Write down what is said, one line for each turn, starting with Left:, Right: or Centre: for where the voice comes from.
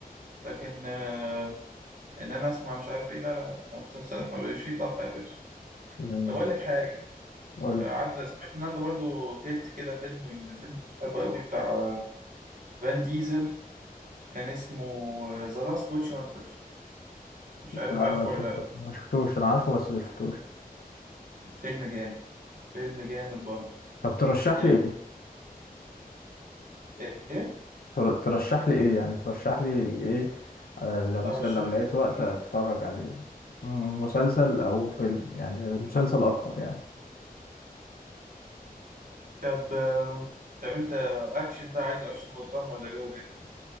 Right: لكن آه، ان انا اسمع مش عارف ايه لا لا لا، مسلسلات ما بقاش فيه طاقه يا باشا
Left: مم.
Right: طب اقول لك حاجه
Left: قول
Right: عدى
Left: لي.
Right: سمعت النهارده برضو تلت كده فيلم من فيلم كنت بحبه قوي بتاع فان ديزل كان اسمه ذا لاست ويتش هانتر مش عارف
Left: لا
Right: عارفه
Left: انا ما شفت
Right: ولا لا
Left: ما شفتوش انا عارفه بس ما شفتوش
Right: فيلم جامد فيلم جامد برضو
Left: طب ترشح
Right: يعني
Left: لي ايه
Right: ايه
Left: تر... ترشح لي ايه يعني ترشح لي ايه آه لو مثلا
Right: ارشح
Left: لو لقيت
Right: لك
Left: وقت
Right: ايه
Left: اتفرج عليه م- مسلسل او فيلم يعني مسلسل اكتر يعني
Right: طب طب انت اكشن بقى عايزه اكشن ولا دراما ولا جو ايه